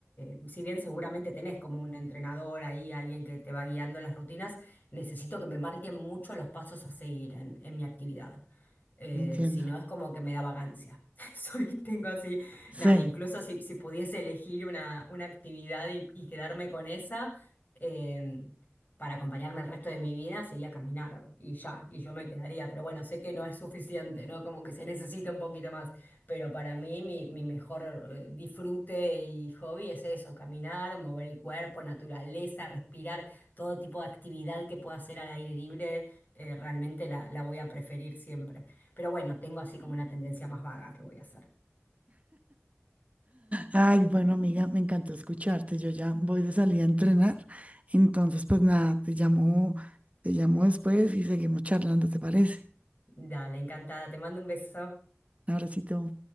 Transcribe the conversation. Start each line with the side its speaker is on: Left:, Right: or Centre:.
Left: me, si bien seguramente tenés como un entrenador ahí, alguien que te va guiando las rutinas, necesito que me marquen mucho los pasos a seguir en, en mi actividad. Eh,
Right: Entiendo.
Left: si no, es como que me da vagancia. <laughs> Soy, tengo así,
Right: Sí.
Left: nada, incluso si, si pudiese elegir una, una actividad y, y quedarme con esa. eh, para acompañarme el resto de mi vida sería caminar y ya, y yo me quedaría, pero bueno, sé que no es suficiente, ¿no? Como que se necesita un poquito más, pero para mí mi, mi mejor eh, disfrute y hobby es eso, caminar, mover el cuerpo, naturaleza, respirar, todo tipo de actividad que pueda hacer al aire libre, eh, realmente la, la voy a preferir siempre. Pero bueno, tengo así como una tendencia más vaga que voy a hacer.
Right: Ay, bueno, amiga, me encantó escucharte. Yo ya voy de salida a entrenar. Entonces, pues nada, te llamo, te llamo después y seguimos charlando, ¿te parece?
Left: Dale, encantada, te mando un beso.
Right: Un abracito.